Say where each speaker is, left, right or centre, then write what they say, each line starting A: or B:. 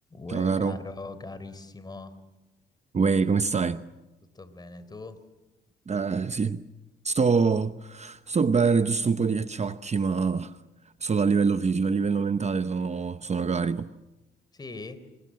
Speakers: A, on the left; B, on the right.
A: Uè,
B: Ciao caro,
A: caro, carissimo,
B: Uè, come stai?
A: tutto bene tu?
B: Eh sì, sto, sto bene, giusto un po' di acciacchi, ma solo a livello fisico, a livello mentale sono, sono carico.
A: Sì?